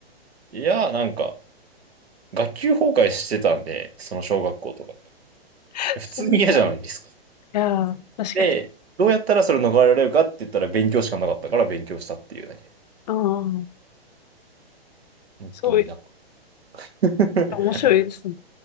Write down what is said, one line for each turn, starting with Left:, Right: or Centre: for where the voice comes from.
Right: いや、なんか、学級崩壊してたんで、その小学校とかで。
Left: <laughs>
Right: 普通に嫌じゃないですか。
Left: そんな、いやー、確かに。
Right: で、どうやったらそれ逃れられるかって言ったら勉強しかなかったから勉強したっていうだけ。
Left: ああ、
Right: 本当にだか
Left: すごい、
Right: ら。
Left: 面白いですね。